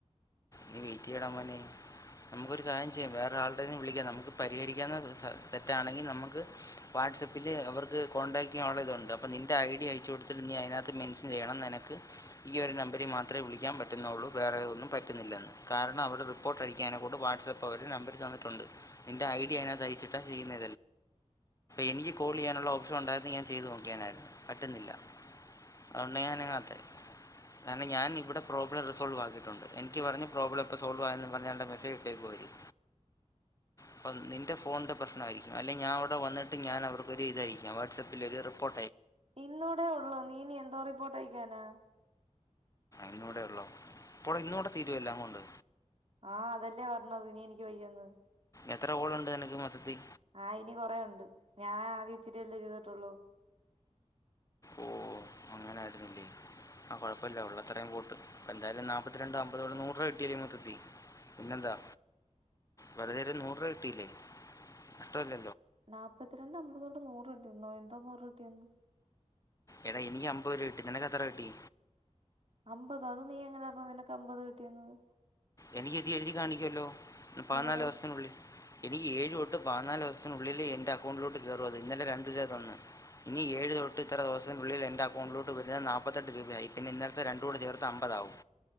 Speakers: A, on the left; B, on the right.
A: നീ വെയിറ്റ്യ്യടാ മോനെ നമുക്കൊരു കാര്യം ചെയ്യാം വേറെ ആളുടെകൈന്ന് വിളിക്കാം നമുക്ക് പരിഹരിക്കാവുന്ന സ തെറ്റാണെങ്കിൽ നമുക്ക് വാട് വാട്സ്അപ്പില് അവർക്ക് കോൺടാക്ട് ചെയ്യോള്ള ഇതൊണ്ട് അപ്പം നിന്റെ ഐ ഡി അയച്ച് കൊടുത്തിട്ട് നീ അയിനാത്ത് മെൻശൻ ചെയ്യണം നെനക്ക് ഈ ഒരു നമ്പരീ മാത്രേ വിളിക്കാം പറ്റുന്നൊള്ളൂ വേറെ ഒന്നും പറ്റുന്നില്ലന്ന് കാരണം അവടെ റിപ്പോർട്ട് അടിക്കാനെ കൊണ്ട് വാട്സ്അപ്പ് അവര് നമ്പര് തന്നിട്ടൊണ്ട് നിന്റെ ഐ ഡി അയിനാത്ത് അയിച്ചിട്ടാ ചെയ്യുന്നേ എനിക്ക് കോൾ എയ്യാനുള്ള ഓപ്ഷൻ ഒണ്ടാരുന്നെങ്കി ഞാൻ ചെയ്ത് നോക്കിയേനാരുന്നു പറ്റുന്നില്ല അതുകൊണ്ട് ഞാ അനങ്ങാത്തെ കാരണം ഞാൻ ഇവിടെ പ്രോബ്ലം റിസോൾവ് ആക്കിട്ടൊണ്ട് എനിക്ക് പറഞ്ഞ് പ്രോബ്ലം ഇപ്പൊ സോൾവ് ആയന്നും പറഞ്ഞാണ്ട മെസ്സേജ് ഇട്ടേക്കുവാ ഇവര്‌ പ്പത് നിന്റെ ഫോൺന്റെ പ്രശ്നമായിരിക്കും അല്ലേ ഞാ അവിടെ വന്നിട്ട് ഞാൻ അവർക്കൊരു ഇതയ്ക്കാം വാട്സപ്പിൽ ഒരു റിപ്പോ
B: ഇന്നൂടേ ഒള്ളൂ നീ ഇനി എന്തോ റിപ്പോർട്ട് അയക്കാനാ
A: ഇന്നൂടെ ഒള്ളോ ഇപ്പോടെ ഇന്നോണ്ട് തീരുവ എല്ലാം കൊണ്ട്
B: ആഹ് അതല്ലേ പർന്നത് ഇനി എനിക്ക് വയ്യന്ന്
A: എത്ര കോളുണ്ട് നിനക്ക് മെത്തത്തിൽ
B: ആഹ് ഇനി കൊറേയൊണ്ട് ഞാൻ ആകെ ഇച്ചിരിയല്ലേ ചെയ്തിട്ടൊള്ളൂ
A: ഓ അങ്ങനെ ആയിരുന്നില്ലേ ആ കൊഴപ്പല്ല ഒള്ളത്രയും പോട്ട് അപ്പ എന്താലും നാപ്പത്തിരണ്ട് അമ്പത് കൊണ്ട് നൂറ്വ കിട്ടിയലേ മൊത്തത്തി പിന്നെന്താ വെറുതെരു നൂറ് രൂവ കിട്ടിയില്ലേ കഷ്ടവല്ലേ
B: നാപ്പത്തിരണ്ട് അമ്പതോണ്ട് നൂറ് കിട്ടീന്നോ എന്തോ നൂറ് കിട്ടിന്നു
A: എടാ എനിക്ക് അമ്പരൂഅ കിട്ടി നിനക്ക് എത്ര കിട്ടീ
B: അമ്പതോ അത് നീ എങ്ങനെ അറ് നിനക്ക് അമ്പത് കിട്ടിയെന്ന്
A: എനിക്ക് ഇതി എഴുതി കാണിക്കുവല്ലോ പതിനാല്
B: എവിടെ
A: ഓസത്തിനുള്ളിൽ എനിക്ക് ഏഴ് ഴ്‌ തൊട്ട് പാനാല് ഒവസത്തിനുള്ളില് എന്റ അക്കൗണ്ടിലോട്ട് കറും അത്‌ ഇന്നലെ രണ്ട് ര്വ തന്ന് ഇനി ഏഴ് തൊട്ട് ഇത്ര തൊ ഒസിനുള്ളില് എന്റ അക്കൗണ്ടിലോട്ട് വരുന്നത് നാപ്പത്തെട്ട് രൂപയായി പിന്നെ ഇന്നലത്തെ രണ്ടൂടെ ചേർത്ത് അമ്പതാവും